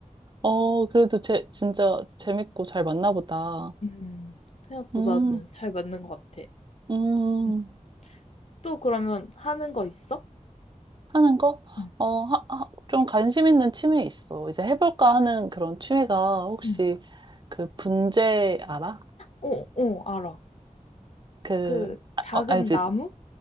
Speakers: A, on the right; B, on the left.
A: 어, 그래도 제, 진짜 재밌고 잘 맞나 보다.
B: 음, 생각보다는
A: 음.
B: 잘 맞는 것 같아.
A: 음,
B: 음. 또 그러면 하는 거 있어?
A: 하는 거?
B: 응,
A: 어, 하, 하- 좀 관심 있는 취미 있어. 이제 해볼까 하는 그런 취미가 혹시
B: 응.
A: 그 분재 알아?
B: 어, 어, 알아.
A: 그,
B: 그
A: 아,
B: 작은
A: 어, 알지?
B: 나무?